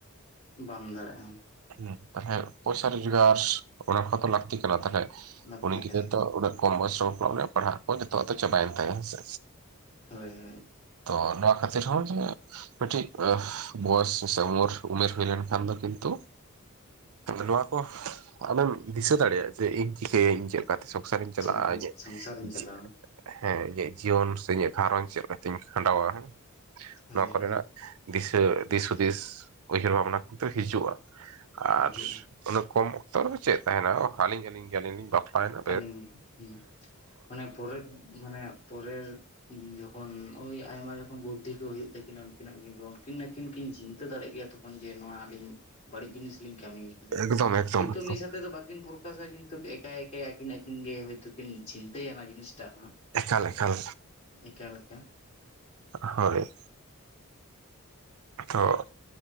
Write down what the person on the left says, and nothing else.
ᱩᱜ ᱵᱟᱢ ᱫᱟᱲᱮᱭᱟᱜᱼᱟ ᱦᱮᱸ
ᱞᱟᱹᱠᱛᱤ
ᱠᱟᱱᱟ
ᱦᱳᱭ ᱦᱳᱭ
ᱪᱮᱫ ᱞᱮᱠᱟ
ᱥᱚᱝᱥᱟᱨᱤᱧ ᱪᱟᱞᱟᱣᱟ
ᱦᱳᱭ
ᱦᱳᱭ
ᱦᱤᱡᱩᱜᱼᱟ
ᱟᱹᱞᱤᱧ ᱦᱩᱸ ᱢᱟᱱᱮ ᱯᱚᱨᱮᱨ ᱢᱟᱱᱮ ᱯᱚᱨᱮᱨ ᱡᱚᱠᱷᱚᱱ ᱳᱭ ᱟᱭᱢᱟ ᱡᱚᱠᱷᱚᱱ ᱵᱩᱫᱽᱫᱷᱤ ᱠᱚ ᱦᱩᱭᱩᱜ ᱛᱟᱹᱠᱤᱱᱟ ᱩᱱᱠᱤᱱᱟᱜ ᱜᱮ ᱛᱚ ᱩᱱᱠᱤᱱ ᱟᱠᱤᱱ ᱠᱤᱱ ᱪᱤᱱᱛᱟᱹ ᱫᱟᱲᱮᱜ ᱜᱮᱭᱟ ᱛᱚᱠᱷᱚᱱ ᱡᱮ ᱱᱚᱣᱟ ᱟᱹᱞᱤᱧ ᱵᱟᱹᱲᱤᱡ ᱡᱤᱱᱤᱥ ᱞᱤᱧ ᱠᱟᱹᱢᱤᱭᱟ ᱠᱮᱫᱟ
ᱦᱳᱭᱛᱚ
ᱢᱤᱫ ᱥᱟᱛᱮ ᱫᱚ ᱵᱟᱠᱤᱱ ᱯᱨᱠᱟᱥᱟ ᱠᱤᱱᱛᱩ ᱮ ᱮᱠ ᱮᱠ ᱟᱠᱤᱱ ᱟᱠᱤᱱ ᱜᱮ ᱦᱚᱭᱛ ᱠᱤᱱ ᱪᱤᱱᱛᱟ. ᱭᱟ ᱚᱱᱟ ᱡᱤᱱᱤᱥᱴ ᱦᱚᱸ
ᱮᱠᱟᱞ ᱮᱠᱟᱞ